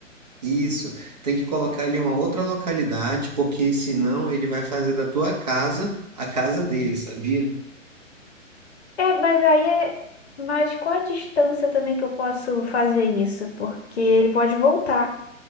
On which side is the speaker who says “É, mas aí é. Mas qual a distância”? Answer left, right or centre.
Left